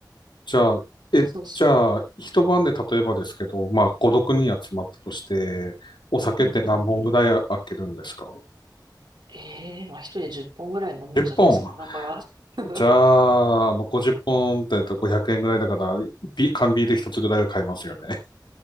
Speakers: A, on the left (about 85°); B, on the right (about 80°).
A: じゃあ、え、
B: そうそ
A: じゃあ、一晩で例えばですけど、まあ、孤独にん集まったとして、お酒って何本ぐらい開けるんですか
B: う。うんうんうん。ええまあ、一人10本ぐらい飲むんじゃないですか。
A: ?10 本。
B: だから。<laughs>
A: じゃあ、あの50本っぽんって500円ぐらいだから、ビ缶ビール一つぐらいは買いますよね。